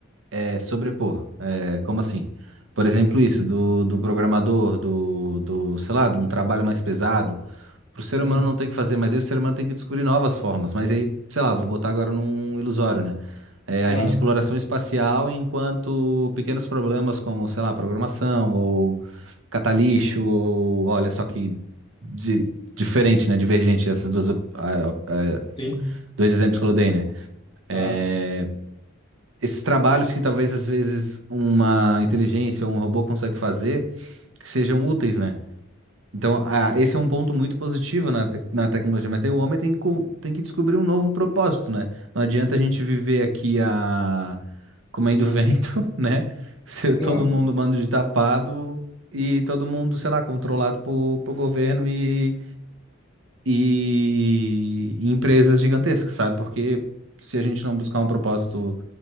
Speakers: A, on the right; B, on the left.
A: é, sobrepor. É, como assim? Por exemplo, isso do, do programador, do, do, sei lá, de um trabalho mais pesado. Pro ser
B: Hum.
A: humano não tem que fazer, mas aí o ser humano tem que descobrir novas formas. Mas aí, sei lá, vou botar agora num ilusório, né? É, a
B: Ah,
A: gente- exploração espacial enquanto pequenos problemas como, sei lá, programação ou catalixo ou olha só que di- diferente, né? Divergente essas duas, op- ah, ah,
B: sim.
A: dois exemplos que eu dei, né?
B: Ah,
A: É, esses trabalhos que talvez às vezes uma inteligência ou um robô consegue fazer que sejam úteis, né? Então, ah, esse é um ponto muito positivo na, tec- na tecnologia, mas daí o homem tem que, co- tem que descobrir um novo propósito, né? Não adianta a gente viver aqui a... comendo <laughs> vento, né? Se todo
B: Não,
A: mundo manda de tapado e todo mundo, sei lá, controlado por, por governo e, e empresas gigantescas, sabe? Porque se a gente não buscar um propósito,